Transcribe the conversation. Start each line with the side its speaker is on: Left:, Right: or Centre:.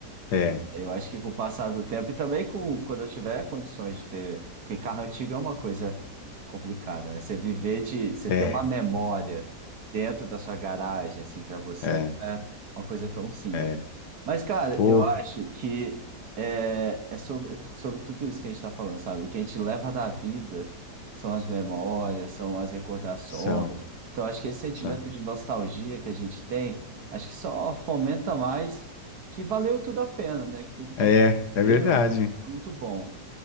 Left: É,
Right: Eu acho que com o passar do tempo e também com, quando eu tiver condições de ter. Porque carro antigo é uma coisa complicada, né? Você viver de. Você
Left: é,
Right: ter uma memória dentro da sua garagem, assim, para você,
Left: é,
Right: não é uma coisa tão simples.
Left: é.
Right: Mas, cara,
Left: Pô,
Right: eu acho que é, é sobre, sobre tudo isso que a gente está falando, sabe? O que a gente leva da vida são as memórias, são as recordações.
Left: são,
Right: Então, acho que esse sentimento
Left: são.
Right: de nostalgia que a gente tem, acho que só fomenta mais que valeu tudo a pena, né? Que tudo que
Left: É,
Right: a gente deu
Left: é verdade.
Right: foi muito bom,